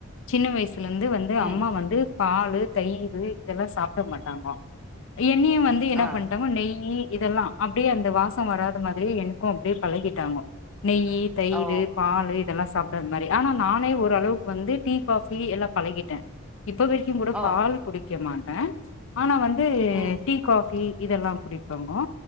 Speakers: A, on the left (about 65°); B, in the centre.
A: சின்ன வயசு இல இருந்து வந்து
B: ம்
A: அம்மா வந்து பாலு தயிர் இதெல்லாம் சாப்பிட மாட்டாங்கோ எண்ணய வந்து என்ன
B: ஆ
A: பண்ணிட்டோங்க நெய் நெய் இதெல்லாம் அப்படியே அந்த வாசம் வராத மாதிரி எனக்கும் அப்படியே பழகிட்டாங்க நெய்யி தயிரு
B: ஓ
A: பாலு இதெல்லாம் சாப்பிடாது மாதிரி ஆனா நானே ஓரளவுக்கு வந்து டீ காபி எல்லாம் பழகிட்டேன் இப்ப வரைக்கும் கூட
B: ஓ
A: பால் குடி குடிக்க மாட்டேன் ஆனா வந்து
B: ம்
A: டீ காபி இதெல்லாம் புடி ஹலோ